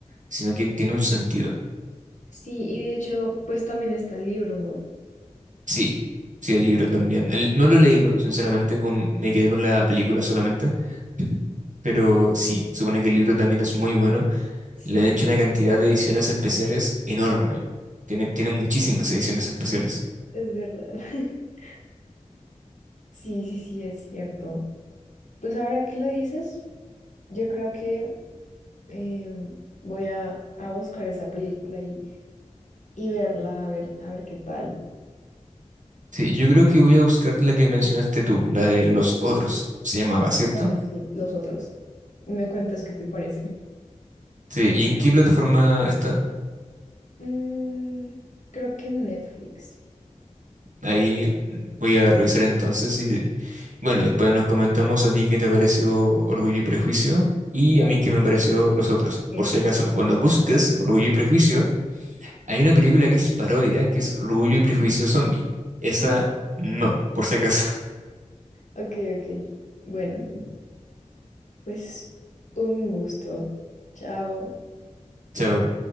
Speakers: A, on the right (about 75°); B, on the left (about 70°).
A: sino que tiene un sentido.
B: Sí, y de hecho, pues también está el libro, ¿no?
A: Sí, sí, el libro también. El- no lo he leído, sinceramente, con- me quedé con la película solamente. <laughs> Pero sí, supone que el libro también es muy bueno.
B: Sí,
A: Le han hecho una cantidad de ediciones especiales enorme. Tiene, tiene muchísimas ediciones especiales.
B: es verdad. <laughs> Sí, sí, sí, es cierto. Pues ahora que lo dices, yo creo que eh, voy a, a buscar esa película y, y verla, a ver, a ver qué tal.
A: Sí, yo creo que voy a buscar la que mencionaste tú, la de Los Otros, se llamaba, ¿cierto?
B: Ah, sí, los otros. Me cuentas qué te parece.
A: Sí, ¿y en qué plataforma está?
B: Mm, creo que Netflix.
A: Ahí voy a revisar entonces y bueno, después nos comentamos a ti qué te pareció Orgullo y Prejuicio y
B: Dale,
A: a mí qué me pareció los otros.
B: exacto,
A: Por si acaso, cuando
B: me parece.
A: busques Orgullo y Prejuicio, hay una película que es parodia, que es Orgullo y Prejuicio Zombie. Esa
B: <laughs>
A: no, por si acaso.
B: Ok, ok. Bueno, pues un gusto. Chao.
A: <laughs> Chao.